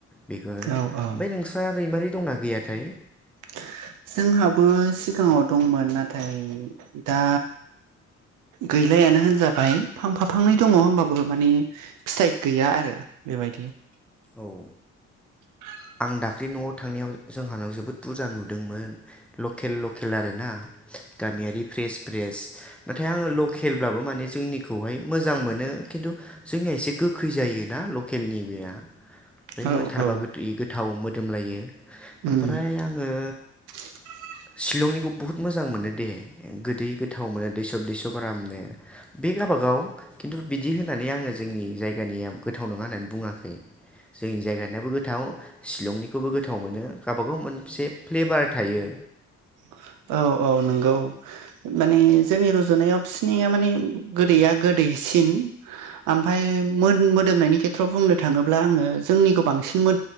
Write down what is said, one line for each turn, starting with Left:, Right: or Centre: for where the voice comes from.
Centre: बेखौ ओमफ्राय
Right: औ औ
Centre: नोंस्रा रैमारि दंना गैयाथाय?
Right: <inaudible> जोंहाबो सिगाङाव दंमोन नाथाय दा गैलायानो होनजाबाय फां फा फांनै दङ होनबाबो माने फिथाइ गैया आरो बेबायदि
Centre: औ
Right: <inaudible>
Centre: आं दाख्लै नआव थांनायाव जोंहानाव जोबोद बुरजा नुदोंमोन लकेल लकेल आरोना गामियारि फ्रेस फ्रेस नाथाय आङो लकेलब्लाबो माने जोंनिखौहाय मोजां मोनो कि खिन्थु जोंनिया एसे गोखै जायोना लकेलनि बेया ओमफ्राय
Right: औ
Centre: मोनथारबा
Right: औ
Centre: गोदै गोथाव मोदोमलायो
Right: उम
Centre: ओमफ्राय आङो
Right: <inaudible>
Centre: शिलंनिखौ बुहुत मोजां मोनो दे गोदै गोथाव मोनो दैसब दैसब आरामनो बे बेगाबागाव खिन्थु बिदि होननानै आङो जोंनि जायगानिया गोथाव नङा होननानै बुङाखै। जोंनि जायगानियाबो गोथाव शिलंनिखौबो गोथाव मोनो गावबागाव मोनसे फ्लेबार थायो।
Right: <inaudible> औ औ नंगौ माने जोंनि रुजुनायाव बिसिनिया माने गोदैया गोदै दैसिन आमफाय मो मोदोमनायनि खेथ्रआव बुंनो थाङोब्ला आङो जोंनिखौ बांसिन मो